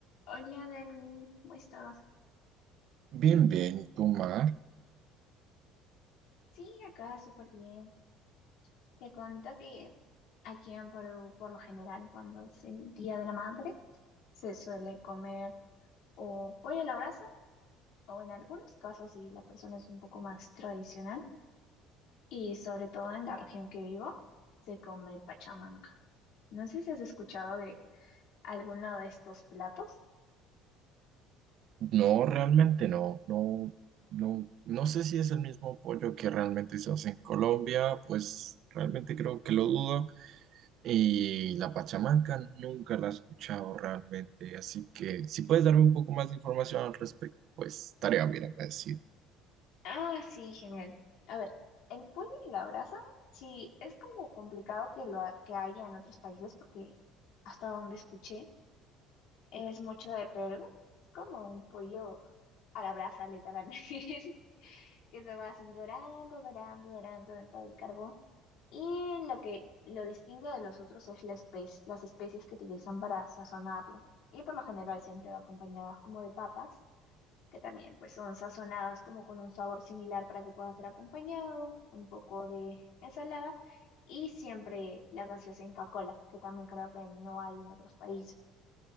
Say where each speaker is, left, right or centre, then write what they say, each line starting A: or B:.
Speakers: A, on the left; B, on the right.
A: Hola Dani, ¿cómo estás?
B: Bien, bien, ¿y tú, Mar?
A: Sí, acá súper bien. Te cuento que aquí en Perú, por lo general, cuando es el Día de la Madre, se suele comer o pollo a la brasa, o en algunos casos, si la persona es un poco más tradicional, y sobre todo en la región que vivo, se come pachamanca. No sé si has escuchado de alguno de estos platos.
B: No, realmente no, no, no, no sé si es el mismo pollo que realmente se hace en Colombia, pues realmente creo que lo dudo. Y la pachamanca nunca la he escuchado realmente, así que si puedes darme un poco más de información al respecto, pues estaría bien agradecido.
A: Ah, sí, genial. A ver, el pollo y la brasa, sí, es como complicado que lo ha- que haya en otros países porque hasta donde escuché es mucho de Perú. Es como un pollo a la brasa, literalmente, <laughs> que se va así dorando, dorando, dorando dentro del carbón. Y lo que lo distingue de los otros es la espe- las especias que utilizan para sazonarlo. Y por lo general siempre va acompañadas como de papas que también pues son sazonadas como con un sabor similar para que pueda ser acompañado, un poco de ensalada y siempre la gaseosa Inca Kola, que también creo que no hay en otros países.